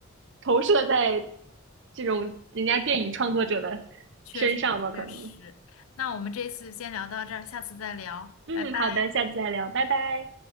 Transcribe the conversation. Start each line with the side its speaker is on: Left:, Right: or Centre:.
Right: 投射在这种人家电影创作者的
Left: 确实确实。
Right: 身上吧，可能。
Left: 那我们这次先聊到这儿，下次再聊，
Right: 嗯，
Left: 拜拜。
Right: 好的，下次再聊，拜拜。